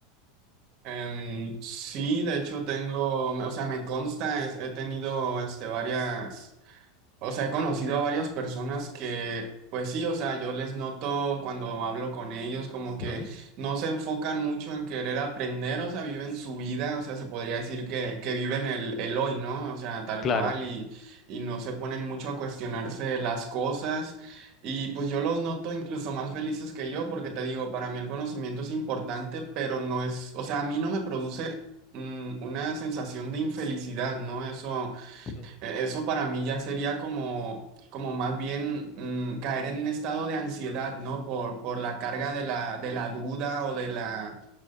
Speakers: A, on the right (about 50°); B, on the left (about 35°).
A: Em, sí, de hecho tengo, o sea, me consta, es- he tenido este, varias... O sea, he conocido a varias personas que, pues sí, o sea, yo les noto cuando hablo con ellos como
B: ¿Mm?
A: que no se enfocan mucho en querer aprender, o sea, viven su vida, o sea, se podría decir que, que viven el, el hoy, ¿no? O sea, tal
B: Claro.
A: cual y, y no se ponen mucho a cuestionarse las cosas. Y pues yo los noto incluso más felices que yo porque te digo, para mí el conocimiento es importante, pero no es, o sea, a mí no me produce mm, una sensación de infelicidad, ¿no? Eso...
B: Mm.
A: E- Eso para mí ya sería como, como más bien mm, caer en un estado de ansiedad, ¿no? Por, por la carga de la, de la duda o de la,